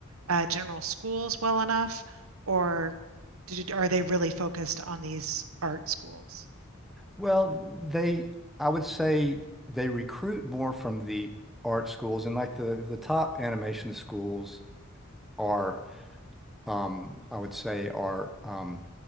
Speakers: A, on the right (about 80°); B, in the centre.
A: uh, general schools well enough, or did, are they really focused on these art schools?
B: Well, they, I would say they recruit more from the art schools and like the the top animation schools are, um, I would say are um,